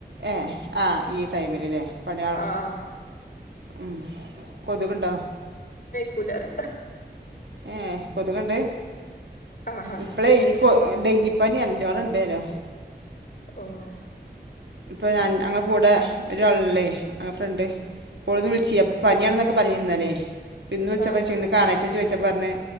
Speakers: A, on the right; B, on the left.
A: ഏഹ് ആഹ് ഈ ടൈമിൽല്ലേ പണിയാള
B: ആഹ്
A: മ്മ് കൊതുക്ണ്ടോ
B: കൂലല
A: ഏഹ് കൊതുക്ണ്ട്
B: ആഹാ
A: ഇപ്പളെ ഈ ഡെങ്കിപ്പനി അല്ലോണം ഇണ്ടെല്ലോ
B: ഓഹ്
A: ഇപ്പൊ ഞാൻ ഞങ്ങള കൂടെ ഒരാള്ല്ലേ ആ ഫ്രണ്ട് ഇപ്പോളന്ന് വി ച്ച് അപ്പൊ പനിയാണെന്നൊക്കെ പറഞ്ഞിരുന്നല്ലേ ഇന്ന് വിളിച്ചപ്പോ
B: ആഹ്
A: ഇന്ന് കണ ഞാൻ ചോയിച്ചാപ്പെ പറഞ്ഞ്